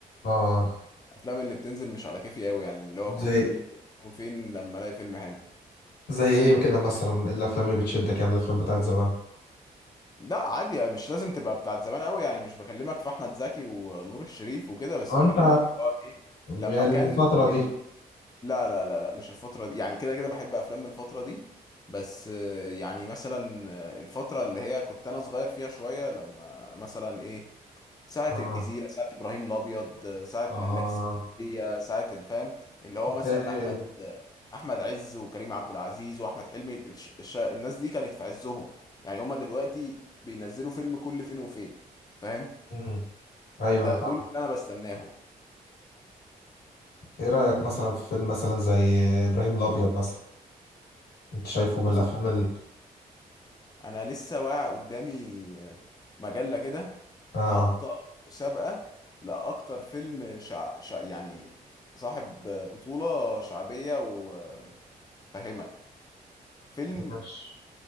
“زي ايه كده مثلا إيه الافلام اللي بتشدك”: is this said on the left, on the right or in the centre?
Left